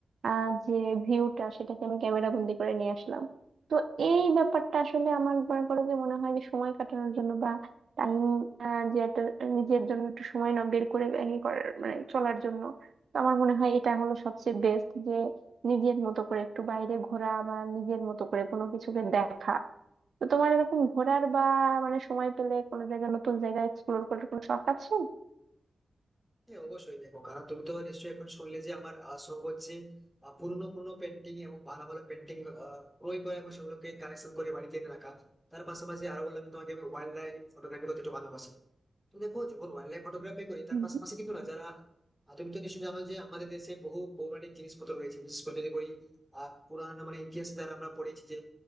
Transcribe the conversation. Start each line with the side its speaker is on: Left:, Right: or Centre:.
Right: আহ যে ভিউটা সেটাকে আমি ক্যামেরা বন্দি করে নিয়ে আসলাম তো এই ব্যাপারটা আসলে আমার মনে করো যে মনে হয় যে সময় কাটানোর জন্য বা টাইম যে একটা নিজের জন্য একটু সময় না বের করে ই করার মানে চলার জন্য তো আমার মনে হয় এটা হলো সবচেয়ে বেস্ট যে নিজের মতো করে একটু বাইরে ঘোরা বা নিজের মতো করে কোনো কিছুকে দেখা তো তোমার এরকম ঘোরার বা মানে সময় পেলে কোনো জায়গায় নতুন জায়গা এক্সপ্লোর করার কোনো শখ আছে
Centre: হ্যাঁ অবশ্যই দেখো কারণ তুমি তো নিশ্চয়ই এখন শুনলে যে আমার আহ, শখ হচ্ছে আহ, পুরনো পুরনো পেন্টিং এবং ভালো ভালো পেন্টিং ক্রয় করা এবং সেগুলোকে কালেকশন করে বাড়িতে এনে রাখা তার পাশাপাশি আরো বললাম যে তোমাকে আমি ওয়াইল্ড লাইফ ফটোগ্রাফি করতে একটু ভালোবাসি তো দেখো যখন ওয়াইল্ড লাইফ ফটোগ্রাফি করি তার
Right: হুম।
Centre: পাশাপাশি কিন্তু না যারা আহ, তুমি তো নিশ্চয়ই জানো যে আমাদের দেশে বহু পৌরাণিক জিনিসপত্র রয়েছে বিশেষ করে যদি বলি আহ পুরাণ মানে ইতিহাস যারা আমরা পড়েছি যে